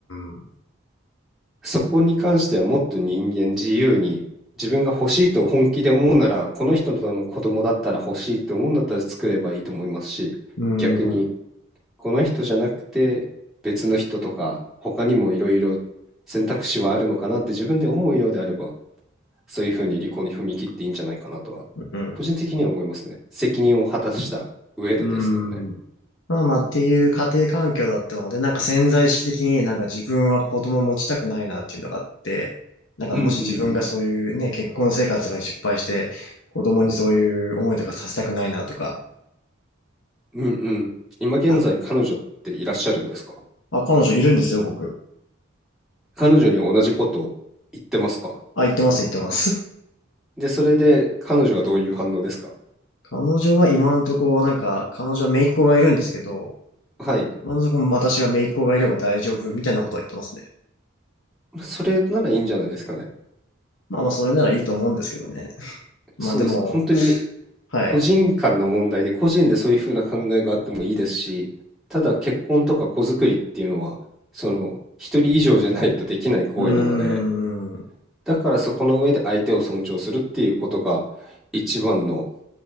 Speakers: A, on the left; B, in the centre.
A: ん。う
B: そこに関してはもっと人間自由に自分が欲しいと本気で思うなら、この人の子供だったら欲しいって思うんだったら作ればいいと思いますし、
A: ーん。
B: 逆にこの人じゃなくて別の人とか他にもいろいろ選択肢はあるのかなって自分で思うようであればそういうふうに離婚に踏み切っていいんじゃないかなとは
A: うん。
B: 個人的には思いますね責任を果たした上でですよね
A: うーん。まあまあっていう家庭環境だったので、なんか潜在意識的になんか自分は子供を持ちたくないなっていうのがあって、なんかもし自分がそういうね、
B: うんうんうん
A: 結婚生活が失敗して、子供にそういう思いとかさせたくないなとか。
B: うんうん今現在彼女っていらっしゃるんですか
A: あ、あ彼女いるんですよ、僕。
B: 彼女に同じこと言ってますか
A: あ、言ってます、言ってます。
B: でそれで彼女はどういう反応ですか
A: <laughs> 彼女は今んとこ、なんか、彼女は姪っ子がいるんですけど、
B: はい
A: 今のところ私は姪っ子がいれば大丈夫みたいなことを言ってますね。
B: それならいいんじゃないですかね
A: まあまあ、それならいいと思うんですけどね。まあでも、
B: そうです本当に
A: はい。
B: 個人間の問題で個人でそういうふうな考えがあってもいいですし、ただ結婚とか子作りっていうのは、その一人以上じゃないとできない行為なので、
A: うーん、う
B: だからそこの上で相手を尊重するっていうことが一番の